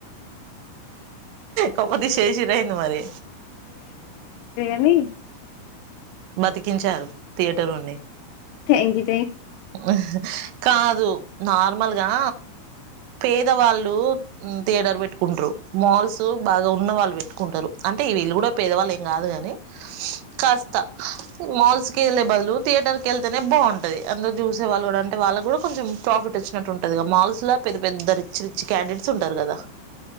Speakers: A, on the right; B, on the left.
A: కొంపదీసి చేసిన్ర ఏంది మరి
B: ని
A: బతికించారు థియేటర్ ఓర్నీ
B: థ్యాంక్ కి
A: ఆహ్ కాదు నార్మల్గా పేదవాళ్ళు థియేటర్ పెట్టుకుంటరు. మాల్స్ బాగా ఉన్న వాళ్ళు పెట్టుకుంటరు. అంటే వీళ్ళు కూడా పేదవాళ్ళు ఏం కాదు కాని కాస్త మాల్స్కి వెళ్ళే బదులు థియేటర్కి వెళ్తేనే బాగుంటది. అందరు చూసే వాళ్ళు కూడా అంటే వాళ్ళకి కూడా కొంచెం ప్రాఫిట్ వచ్చినట్టు ఉంటదిగా. మాల్స్ లా పెద్ద పెద్ద రిచ్చి రిచ్చి క్యాండిడట్స్ ఉంటరు కదా.